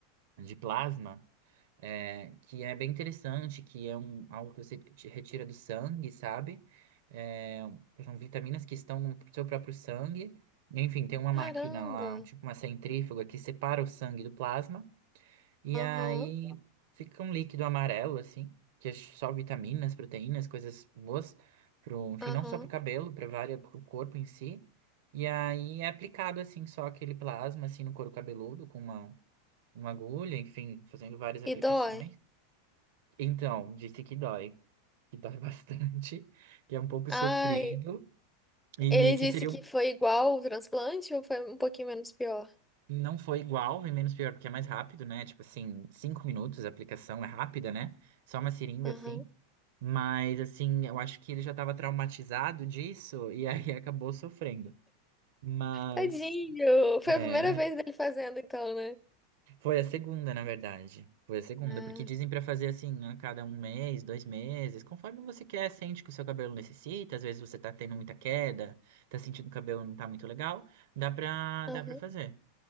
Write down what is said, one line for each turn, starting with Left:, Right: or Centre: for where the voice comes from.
Right: de plasma é, que é bem interessante, que é um, algo que você te retira do sangue, sabe? É, são vitaminas que estão no seu próprio sangue. Enfim, tem uma
Centre: Caramba.
Right: máquina lá, tipo uma centrífuga, que separa o sangue do plasma, e
Centre: Aham,
Right: aí fica um líquido amarelo, assim, que é só vitaminas, proteínas, coisas boas, pro, enfim,
Centre: aham.
Right: não só pro cabelo, para várias, pro corpo em si. E aí é aplicado, assim, só aquele plasma, assim, no couro cabeludo, com uma uma agulha, enfim, fazendo várias aplicações.
Centre: E dói?
Right: Então, disse que dói, que dói <laughs> bastante, que é um pouco
Centre: Ai,
Right: sofrido e
Centre: ele
Right: que
Centre: disse
Right: seria
Centre: que
Right: um-
Centre: foi igual o transplante ou foi um pouquinho menos pior?
Right: não foi igual, e menos pior, porque é mais rápido, né? Tipo assim, cinco minutos, a aplicação é rápida, né? Só uma seringa
Centre: Aham.
Right: assim. Mas assim, eu acho que ele já estava traumatizado disso e aí <laughs> acabou sofrendo. Mas
Centre: Tadinho! Foi
Right: é,
Centre: a primeira vez dele fazendo, então, né?
Right: Foi a segunda, na verdade. Foi a segunda,
Centre: Ah,
Right: porque dizem pra fazer assim, a cada um mês, dois meses, conforme você quer, sente que o seu cabelo necessita, às vezes você tá tendo muita queda, tá sentindo que o cabelo não tá muito legal, dá pra,
Centre: Aham,
Right: dá pra fazer.